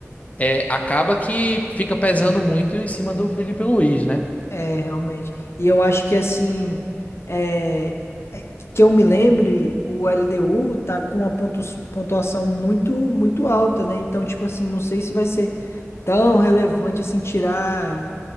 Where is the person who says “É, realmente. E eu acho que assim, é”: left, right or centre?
Left